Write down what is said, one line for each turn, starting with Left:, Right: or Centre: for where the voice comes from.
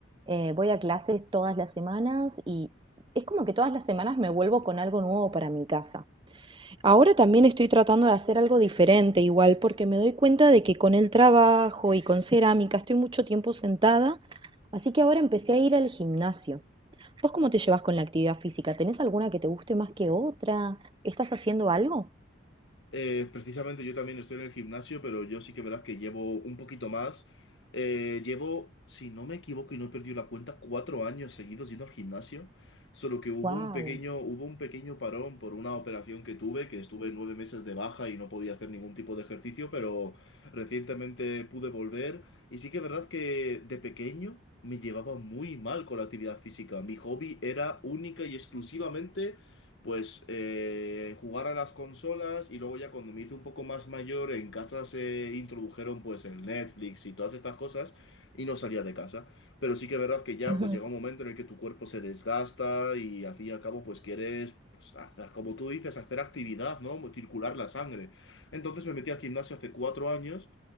Right: Eh, voy a clases todas las semanas y es como que todas las semanas me vuelvo con algo nuevo para mi casa. Ahora también estoy tratando de hacer algo diferente, igual, porque me doy cuenta de que con el trabajo y con cerámica estoy mucho tiempo sentada, así que ahora empecé a ir al gimnasio. ¿Vos cómo te llevas con la actividad física? ¿Tenés alguna que te guste más que otra? ¿Estás haciendo algo?
Left: Eh, precisamente yo también estoy en el gimnasio, pero yo sí que verdad que llevo un poquito más. Eh, llevo, si no me equivoco y no he perdido la cuenta, cuatro años seguidos yendo al gimnasio. Solo que hubo
Right: Wow.
Left: un pequeño, hubo un pequeño parón por una operación que tuve, que estuve nueve meses de baja y no podía hacer ningún tipo de ejercicio, pero recientemente pude volver. Y sí que es verdad que de pequeño me llevaba muy mal con la actividad física. Mi hobby era única y exclusivamente pues eh, jugar a las consolas y luego ya cuando me hice un poco más mayor en casa se introdujeron pues el Netflix y todas estas cosas y no salía de casa. Pero sí que es verdad que ya
Right: <laughs>
Left: pues llega un momento en el que tu cuerpo se desgasta y al fin y al cabo pues quieres pues hacer, como tú dices, hacer actividad, ¿no? Circular la sangre. Entonces me metí al gimnasio hace cuatro años